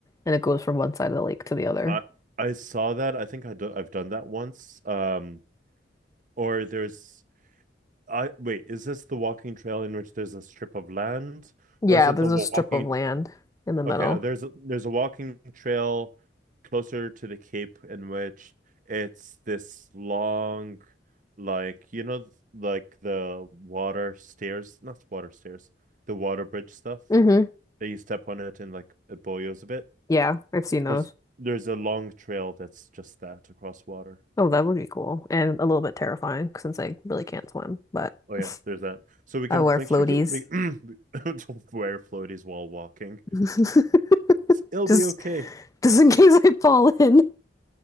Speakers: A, on the left; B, on the right.
A: and it goes from one side of the lake to the other.
B: I I saw that. I think I do, I've done that once. Um, or there's I wait, is this the walking trail in which there's a strip of land,
A: Yeah,
B: or is it
A: there's
B: the walking?
A: a strip of land in the middle.
B: Okay, uh, there's a, there's a walking trail closer to the Cape in which it's this long, like you know, like the water stairs, not water stairs, the water bridge stuff
A: hmm
B: that you step on it and like it boils a bit.
A: Yeah, I've seen those.
B: There's there's a long trail that's just that across water.
A: Oh, that would be cool and a little bit terrifying since I really can't swim, but
B: Oh yeah, there's
A: <laughs>
B: that. So we can
A: I wear
B: make
A: floaties.
B: sure to we, <coughs> <clears throat> to wear floaties while walking.
A: <laughs>
B: S- It'll
A: Just
B: be okay.
A: just in case I fall in.